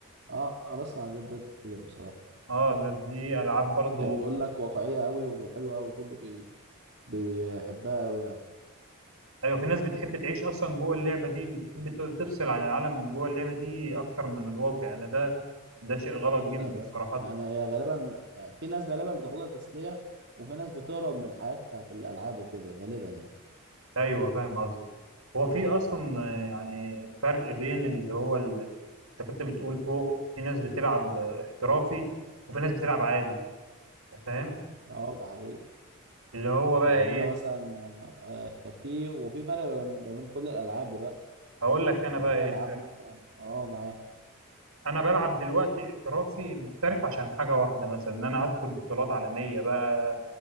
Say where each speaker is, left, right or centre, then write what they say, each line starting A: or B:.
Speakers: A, on the right (about 55°); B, on the right (about 80°).
A: اه انا بسمع عن ريد ديد كتير بصراحه
B: اه دي العاب برضو
A: هي بتقول لك واقعيه قوي وحلوه قوي كله بي... بيحبها قوي يعني
B: ايوه في ناس بتحب تعيش اصلا جوه اللعبه دي بتحب ت- تفصل عن العالم جوه اللعبه دي اكتر من الواقع يعني ده ده شيء غلط جدا
A: طب
B: صراحه
A: يعني هي غالبا في ناس غالبا بتاخدها تسليه وفي ناس بتهرب من حياتها في الالعاب وكده غالبا يعني
B: ايوه فاهم قصدي هو في اصلا آه، يعني فرق بين اللي هو ال... انت كنت بتقول فوق في ناس بتلعب آه، احترافي وفي ناس بتلعب عادي فاهم
A: اه ده حقيقي
B: اللي هو بقى
A: يعني
B: ايه
A: انا مثلا آه، في وفي فرق ما بين ما بين كل الالعاب دلوقتي
B: هقول لك انا
A: يعني
B: بقى
A: في
B: ايه
A: العاب
B: الفرق
A: مثلا اه معايا
B: انا بلعب دلوقتي احترافي محترف عشان حاجه واحده مثلا ان انا هدخل بطولات عالميه بقى